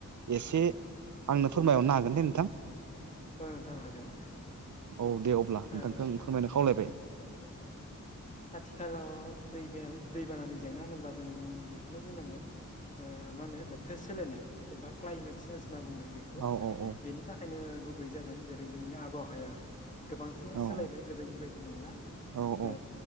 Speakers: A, on the right; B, on the left.
A: एसे आंनो फोरमायहरनो हागोन दे नोंथां
B: ओं थांनो हागोन
A: औ दे अब्ला नोंथांखौ
B: ओ
A: आं फोरमायनो खावलायबाय
B: आथिखालाव दै दैबानानि जेंना होनोब्ला जों बेखौनो बुंनांगोन मा होनो बोथोर सोलायनाय एबा क्लाइमेट सेेन्ज होनना बुङो बे
A: औ औ औ
B: बेनि थाखायनो गुबै जादों जेरै जोंनि आबहावाया गोबांसोल'
A: औ
B: सोलायबाय गोदोनि बायदि नंला
A: औ
B: ओ